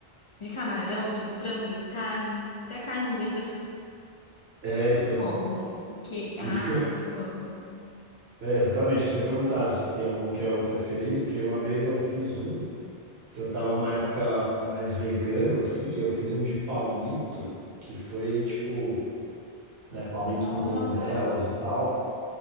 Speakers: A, on the left; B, on the right.
A: de camarão, de frango, de carne, até carne moída.
B: é, então.
A: Como? Que, ah,
B: Isso que eu-
A: eu amo.
B: é, exatamente, isso que eu ia perguntar, se tem algum que é o preferido, porque uma vez eu fiz um, que eu tava uma época mais vegano, assim, e eu fiz um de palmito, que foi tipo, né, palmito
A: Nossa,
B: com cogumelos e tal.